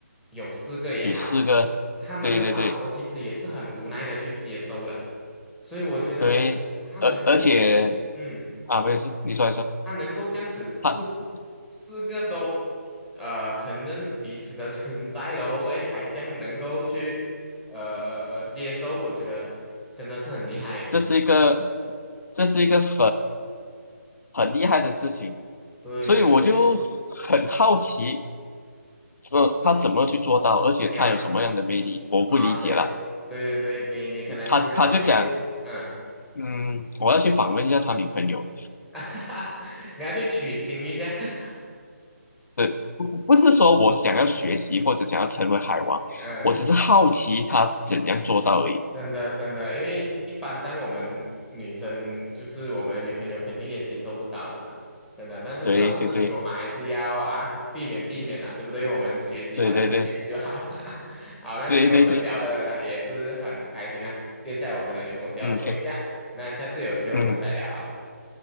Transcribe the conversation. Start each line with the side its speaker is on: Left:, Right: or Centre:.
Centre: 有四个也好，
Left: 举四个，
Centre: 他们的老婆其实也是很无奈的去接受了，
Left: 对对对
Centre: 所以我觉得哇，
Left: 对，
Centre: 他能够
Left: 而而且
Centre: 嗯，
Left: 啊，没有事，你说一说，
Centre: 他能够这样子四
Left: 他
Centre: 四个都呃承认彼此的 <laughs> 存在喽，诶，还将能够去呃呃呃接受，我觉得真的是很厉害，
Left: 这是一个这是一个很很厉害的事情，
Centre: 对对对，
Left: 所以我就很好奇，说他怎么去做到，而且他有什么样的魅力，
Centre: 你要。
Left: 我不理解了。
Centre: 啊，对，对对对，你你可能要去，
Left: 他他就讲，
Centre: 嗯，
Left: 嗯，我要去访问一下他女朋友。
Centre: <laughs> 你要去取经一下，<laughs>
Left: 对，不不是说我想要学习或者想要成为海王，
Centre: 嗯，
Left: 我只是好奇他怎样做到而已。
Centre: 真的真的，因为一般上我们女生就是我们女朋友肯定也接受不到的嘛，真的。但是这种事情我们还是要啊避免避免啊，
Left: 对对对
Centre: 对不对？我们学习她的经验就好。
Left: 对对对
Centre: <laughs> 好，那今天我们聊的也是很开心啊，
Left: 对对对，
Centre: 接下来我可能有东西要做一下，
Left: 嗯，可以
Centre: 那下次有机会我们再聊好了。
Left: 嗯，